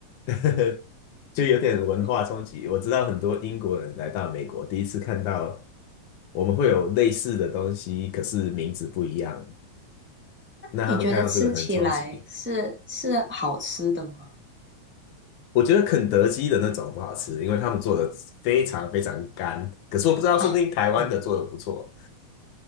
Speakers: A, on the left; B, in the centre.
A: <laughs> 就有点文化冲击。
B: <laughs>
A: 我知道很多英国人来到美国，第一次看到我们会有类似的东西，可是名字不一样，那他们看到这个很冲击。
B: 你觉得吃起来是是好吃的吗？
A: 我觉得肯德基的那种不好吃，因为他们做的非常非常干。可是我不知道，说不定台湾的做的不错。
B: <laughs> 啊，嗯